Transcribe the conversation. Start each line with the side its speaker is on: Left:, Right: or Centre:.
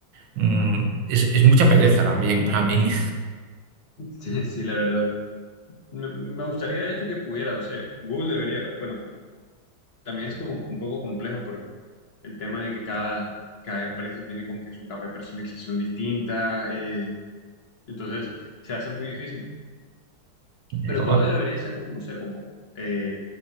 Right: mm, es, es mucha pereza también para mí.
Left: <laughs> sí, sí, la verdad. Me, me gustaría, de hecho, que pudiera, no sé, Google debería, bueno, también es como un poco complejo por el tema de que cada, cada empresa tiene como que su capa de personalización distinta. eh, Entonces se hace muy difícil.
Right: <laughs>
Left: Pero todo debería ser como, no sé, como eh,